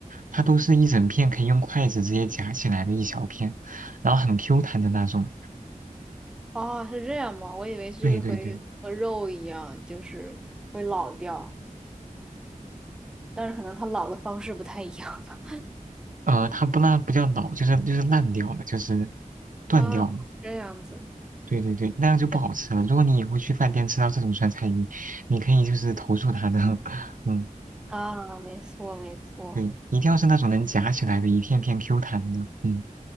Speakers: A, on the right (about 70°); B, in the centre.
A: 它都是一整片可以用筷子直接夹起来的一小片，然后很 Q 弹的那种。
B: 哦，是这样吗？我以为就是会和肉一样，
A: 对对对，
B: 就是会老掉。但是可能他老的方式不太一样吧。
A: 呃，它不那不叫老，就是就是烂掉了，就是断掉了。
B: 啊，这样子，
A: 对对对对，那样就不好吃了。
B: 对
A: 如果你以后去饭店吃到这种酸菜鱼，你可以就是投诉他的，<laughs> 嗯。
B: 啊，没错没错，
A: 对，一定要是那种能夹起来的，一片片 Q 弹的。嗯，